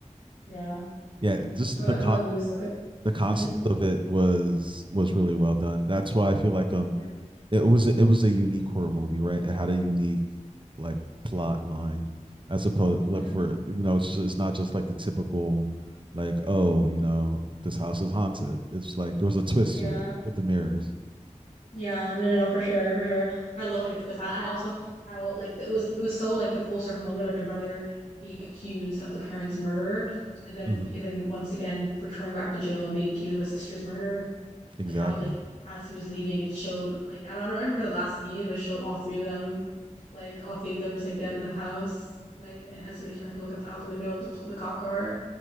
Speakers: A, on the left (about 75°); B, on the right (about 40°).
A: Yeah,
B: yeah just
A: I thought,
B: the
A: I
B: con
A: thought that movie was so good.
B: the concept
A: hmm
B: of it was was really well done that's why i feel like um
A: Yeah,
B: it was it was a unique horror movie right it had a unique like plot line as opposed like
A: yeah,
B: for you know it's just, it's not just like the typical like oh you know this house is haunted it's like there was a twist
A: yeah.
B: to it with the mirrors
A: Yeah, no, no, no, for sure, for sure. I love like a twist. I, and also, I will- like it was it was so like the full circle moment of like the brother being accused of the parents' murder, and then
B: Mm-hmm.
A: and then once again returning back to jail and being accused of his sister's murder,
B: exactly
A: and how like as he was leaving, it showed like I don't, I don't remember the last scene, but it showed all three of them, like all three of them just like dead in the house, like and as he like turned to look at the, out the window of the, the cop car.